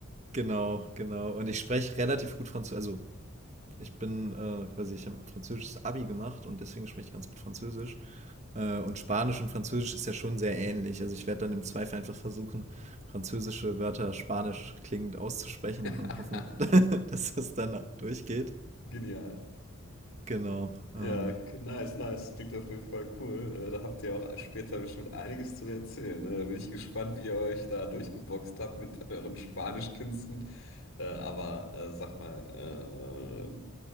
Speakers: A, on the right; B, on the left.
A: genau, genau. Und ich spreche relativ gut Französisch. Also ich bin äh, quasi, ich habe ein französisches Abi gemacht und deswegen spreche ich ganz gut Französisch. Äh, und Spanisch und Französisch ist ja schon sehr ähnlich. Also ich werde dann im Zweifel einfach versuchen, französische Wörter spanisch klingend auszusprechen
B: <laughs>
A: und hoffen, <laughs> dass das dann durchgeht.
B: Genial.
A: Genau. Ähm,
B: Ja, k- nice, nice. Klingt auf jeden Fall cool. Äh, Da habt ihr auch später bestimmt einiges zu erzählen. Ne? Da bin ich gespannt, wie ihr euch da durchgeboxt habt mit euren Spanischkünsten. Äh, aber äh, sag mal,